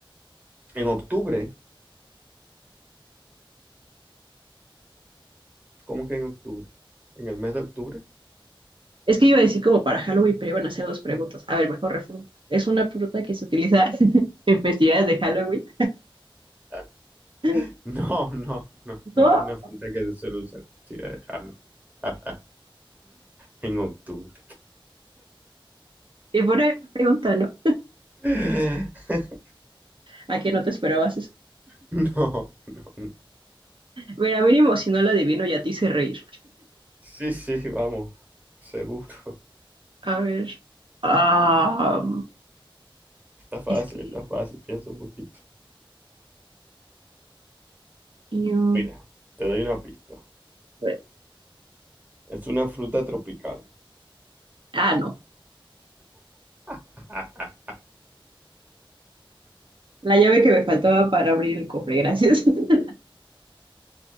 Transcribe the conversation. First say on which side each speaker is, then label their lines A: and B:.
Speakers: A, on the right; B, on the right.
A: En octubre, ¿cómo que en octubre? ¿En el mes de octubre?
B: Es que iba a decir como para Halloween, pero iban a hacer dos preguntas. A ver, mejor reformulo. ¿Es una fruta que se utiliza <laughs> en festividades de Halloween?
A: <laughs>
B: <laughs>
A: No, no, no, no,
B: No,
A: una fruta que se suele usar. Sí, déjalo. <laughs> En octubre.
B: y buena pregunta, ¿no?
A: <laughs>
B: ¿A qué no te esperabas eso?
A: No, no, no.
B: Mira, mínimo si no la adivino ya te hice reír.
A: Sí, sí, vamos, seguro.
B: A ver. Ah,
A: Está fácil,
B: es que.
A: está fácil, piensa un poquito.
B: mm,
A: Mira, te doy una pista.
B: a ver.
A: Es una fruta tropical.
B: Ah, no.
A: <laughs>
B: La llave que me faltaba para abrir el cofre, gracias. <laughs>